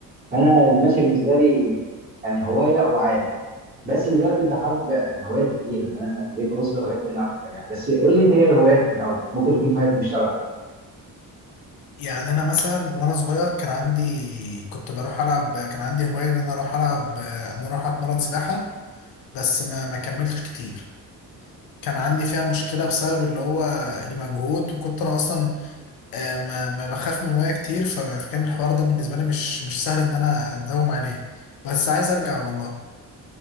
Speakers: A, on the right; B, on the left.
A: فانا المشي بالنسبه لي يعني هوايه وعاده بس دلوقتي بحب هوايات كتير يعني انا بقيت بغوص بهوايات تانية اكتر يعني بس قول لي انت ايه هواياتك الاول ممكن يكون حاجات مشتركه
B: يعني أنا مثلا وأنا صغير كان عندي كنت بروح ألعب كان عندي هواية إن أنا أروح ألعب إن أنا أروح أتمرن سباحة بس ما ما كملتش كتير كان عندي فيها مشكلة بسبب اللي هو المجهود وكنت أنا أصلا آه، ما ما بخاف من المية كتير فكان الحوار ده بالنسبة لي مش مش سهل إن أنا أداوم عليه بس عايز أرجع والله